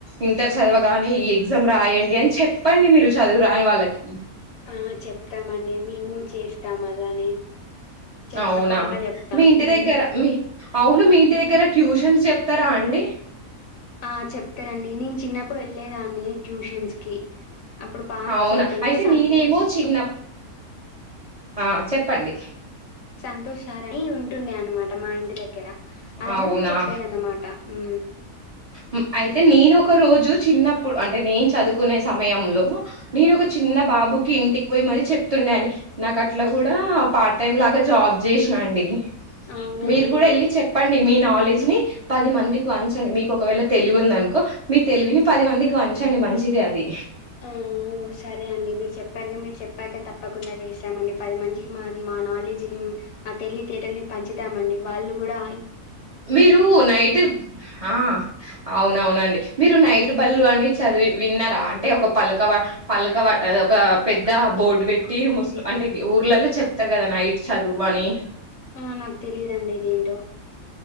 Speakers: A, on the right; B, on the left.
A: ఇంటర్ చదవగానే ఈ ఎగ్జామ్ రాయండి అని చెప్పండి మీరు చదువు రాని వాళ్ళకి
B: ఆ చెప్తామండి. మేము చేస్తాం అలానే. చెప్
A: అవునా,
B: తప్పకుండా చెప్తాం
A: మీ ఇంటి
B: హ్మ్.
A: దగ్గర మీ అవును మీ ఇంటి దగ్గర ట్యూషన్స్ చెప్తారా అండి.
B: ఆ చెప్తారండి నేను చిన్నప్పుడు వెళ్ళెదాన్ని. ట్యూషన్స్కి అప్పుడు బాచెప్పేది
A: అవునా అయితే
B: సంతోష్
A: నేనేమో చిన్న ఆ చెప్పండి.
B: సంతోష్ సారని ఉంటుండే అనమాట మా ఇంటి దగ్గరా. అతను
A: అవునా
B: చెప్పేదన్నమాట ఉ
A: హ్ అయితే నేను ఒక రోజు చిన్నప్పుడు అంటే నేను చదువుకునే సమయంలో నేను ఒక చిన్న బాబుకి ఇంటికి పోయి మరి చెప్తుండే అండి. నాకు అట్లా కూడా పార్ట్ టైం లాగా జాబ్ చేశినా అండి.
B: అవునా
A: మీరు
B: అండి.
A: కూడా వెళ్ళి చెప్పండి. మీ నాలెడ్జ్ ని పది మందికి వంచండి. మీకు ఒకవేళ తెలివి ఉందనుకో మీ తెలివిని పది మందికి పంచండి మంచిది అది.
B: ఆ సరే అండి మీరు చెప్పారుగా మీరు చెప్పాక తప్ప కుండా చేస్తామండి. పది మంచికి మా నాలెడ్జ్ని ఆ తెలివితేటల్ని పంచుతామండి వాళ్ళు కూడా
A: మీరు నైట్ ఆ అవునవును మీరు నైట్ బళ్లు అని చదివి విన్నారా. అంటే ఒక పలక పలక ఒక పెద్ద బోర్డు పెట్టి ముస్ అంటే ఊర్లలో చెప్తారు కదా నైట్ చదువు అని.
B: ఆ నాకు తెలియదండి ఇదేంటో